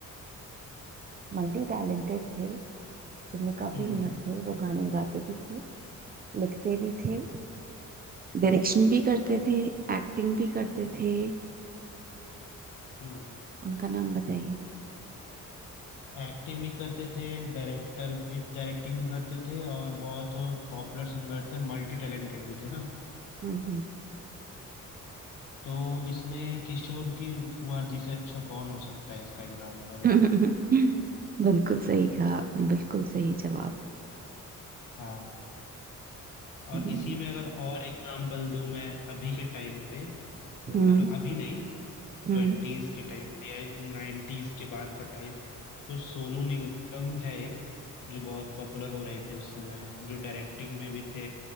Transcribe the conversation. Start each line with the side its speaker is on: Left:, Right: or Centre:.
Right: मल्टी टैलेंटेड थे जिनमें काफी
Left: हम्म
Right: हुनर थे वो गाने गाते भी थे लिखते भी थे डायरेक्शन भी करते थे एक्टिंग भी करते थे
Left: हम्म
Right: उनका नाम बताइए
Left: एक्टिंग भी करते थे डायरेक्टर भी डायरेक्टिंग भी करते थे और बहुत पॉपुलर सिंगर थे मल्टी टैलेंटेड भी थे ना
Right: हम्म
Left: तो इसमें किशोर की कुमार जी से अच्छा कौन हो सकता है इसका एग्जाम्पल
Right: हम्म <laughs> बिल्कुल सही कहा आपने बिल्कुल सही जवाब
Left: हाँ और
Right: हम्म,
Left: इसी में अगर और एग्जाम्पल दूं मैं अभी के टाइम पे तो
Right: हम्म
Left: मतलब अभी नहीं
Right: हम्म
Left: ट्वेंटीज के टाइप या नाइन्टीज के बाद का टाइप तो सोनू निगम है एक जो बहुत पॉपुलर हो रहे थे उस समय जो डायरेक्टिंग में भी थे